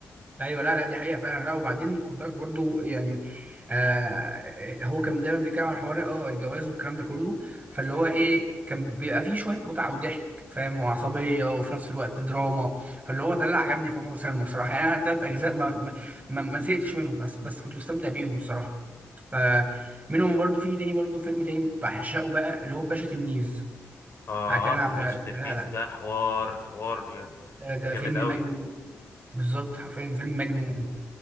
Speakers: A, on the right (about 30°); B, on the left (about 55°).
A: ايوه لا لا دي حقيقه فعلا لا وبعدين خد بالك برضو يعني آه آه، هو كان دايما بيتكلم عن حوار اه الجواز والكلام ده كله فاللي هو ايه كان بيبقى فيه شويه متعه وضحك فاهم وعصبيه وفي نفس الوقت دراما فاللي هو ده اللي عجبني في عمر وسلمى الصراحه يعني انا التلات اجزاء ما ما, ما ما زهقتش منهم بس, بس كنت مستمتع بيهم الصراحه فمنهم برضو في تاني برضو فيلم تاني بعشقه بقى اللي هو باشا تلميذ
B: اه
A: بتاع كريم عبد العزيز
B: باشا تلميذ
A: لا لا
B: ده حوار حوار بجد
A: ده, ده
B: جامد
A: فيلم
B: قوي
A: مجنون بالظبط حرفيا فيلم مجنون